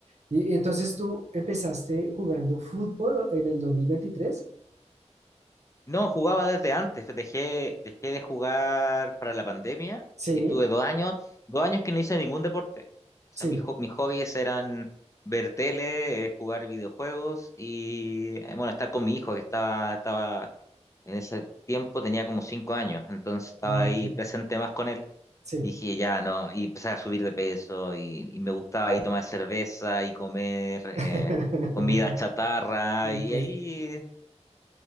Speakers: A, on the right (about 70°); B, on the left (about 25°).
A: Y, y entonces tú empezaste jugando fútbol en el 2023.
B: No, jugaba desde antes. Dejé, dejé de jugar para la pandemia
A: Sí,
B: y estuve dos años, dos años que no hice ningún deporte. O
A: sí.
B: sea, mis, ho- mis hobbies eran ver tele, eh, jugar videojuegos y, eh, bueno, estar con mi hijo que estaba, estaba en ese tiempo, tenía como cinco años, entonces
A: Ah,
B: estaba
A: Ok,
B: ahí presente más con él.
A: sí.
B: Y dije, ya, no, y empecé a subir de peso y, y me gustaba ahí tomar cerveza y comer eh,
A: <laughs>
B: comida chatarra
A: Ok,
B: y ahí...